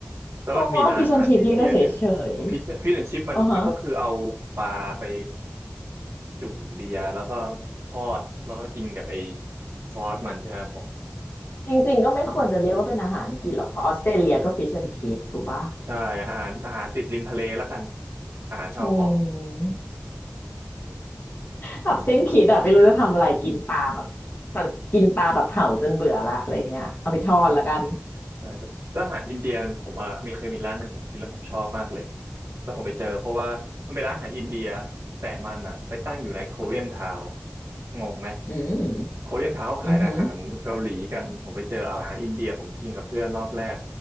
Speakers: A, on the right; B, on the left.
A: แล้วมันมีร้านอาหารอินเดียหนึ่ง
B: เพราะว่าฟิชแอนชิพรี่ก็เฉยเฉย
A: ฟิชฟิชแอนชิปมันมันก็คือเอาปลาไป
B: อ๋อฮะ
A: จุ่มเบียร์แล้วก็ทอดแล้วก็กินกับไอ้ซอสมันใช่ไหมครับผม
B: จริงๆก็ไม่ควรจะเรียกว่าเป็นอาหารอังกฤษหรอกเพราะออสเตรเลียก็ฟิชแอนชิพถูกปะ
A: ใช่อาหารอาหารติดริมทะเลแล้วกันอาหารชาวเกาะ
B: อืมแบบสิ้นคิดอะไม่รู้จะทำอะไรกินปลาแบบกินปลาแบบเผาจนเบื่อละอะไรเงี้ยเอาไปทอดละกัน
A: ใช่ใช่แล้วอาหารอินเดียผมว่ามีเคยมีร้านหนึ่งผมกินแล้วผมชอบมากเลยแล้วผมไปเจอเพราะว่ามันเป็นร้านอาหารอินเดียแต่มันอ่ะไปตั้งอยู่ในโคเรียนทาวงงไหม
B: อืม
A: โคเรียนทาวเขาขายแต่อาหารเกาหลีกันผมไปเจออาหารอินเดียผมกินกับเพื่อนรอบแรก
B: อือหือ